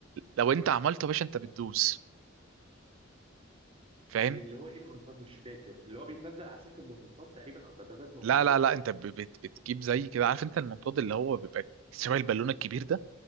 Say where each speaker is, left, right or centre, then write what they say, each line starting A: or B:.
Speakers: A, on the right; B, on the right.
A: لو انت عملته يا باشا انت بتدوس فاهم
B: اللي هو ايه المنطاد مش فاكر اللي هو بيتنزل عساكر بمنطاد تقريبا او دبابات بمنطاد
A: لا لا لا انت ب- بت بتجيب زي كده عارف انت المنطاد اللي هو بيبقى شبه البالونه الكبير ده